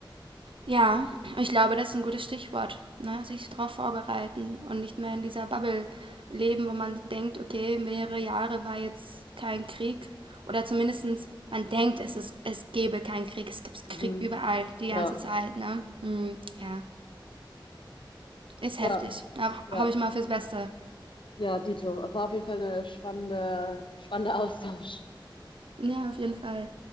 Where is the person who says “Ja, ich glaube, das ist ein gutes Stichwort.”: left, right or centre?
Right